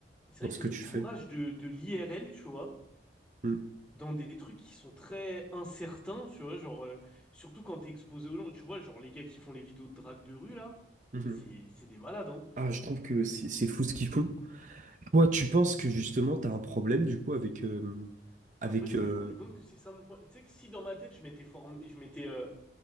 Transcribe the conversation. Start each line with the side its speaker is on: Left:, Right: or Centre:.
Centre: C'est
Right: dans
Centre: vrai
Right: ce
Centre: que
Right: que
Centre: le
Right: tu
Centre: courage
Right: fais.
Centre: de, de l'IRL, tu vois,
Right: Mm.
Centre: dans des trucs qui sont très incertains, tu vois, genre, euh, surtout quand t'es exposé aux gens, tu vois, genre les gars qui font les vidéos de drague de rue, là,
Right: Mhm.
Centre: mais c'est c'est des malades, hein.
Right: Ah, je trouve que c'est c'est fou ce qu'ils font. Toi, tu penses que justement, tu as un problème du coup avec. euh, avec
Centre: Mais en fait, je me
Right: euh,
Centre: suis rendu compte que c'est ça mon problème. Tu sais que si dans ma tête, je m'étais formé, je m'étais euh,